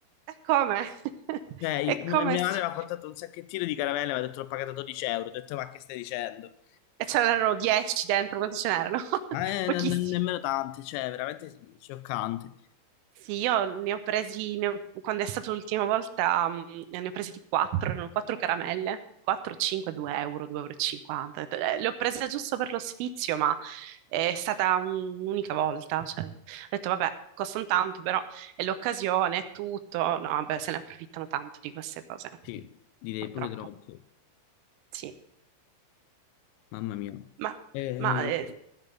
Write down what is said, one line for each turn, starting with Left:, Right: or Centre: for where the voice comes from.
Right: E come? <laughs>
Left: Cioè, io-
Right: E
Left: mia
Right: come
Left: mia
Right: si...
Left: madre mi ha portato un sacchettino di caramelle, mi ha detto l'ho pagata 12 euro. Ho detto, ma che stai dicendo?
Right: E ce n'erano 10 dentro, quanti ce n'erano? <laughs>
Left: Ma eh,
Right: Pochissimi.
Left: non- non- nemmeno tante, cioè, veramente scioccante.
Right: Sì, io ne ho presi, ne ho- quando è stata l'ultima volta, mm, ne ho presi tipo 4, erano 4 caramelle, 4, 5, 2 euro, 2,50 euro. e cinquanta. Ho detto, eh, Le ho prese giusto per lo sfizio, ma è stata un- un'unica volta. cioè, ho detto, vabbè, costano tanto, però è l'occasione, è tutto. No, vabbè, se ne approfittano tanto di queste cose,
Left: Sì, direi
Right: purtroppo.
Left: pure troppo.
Right: Sì.
Left: Mamma mia.
Right: Ma,
Left: Eh,
Right: ma, eh,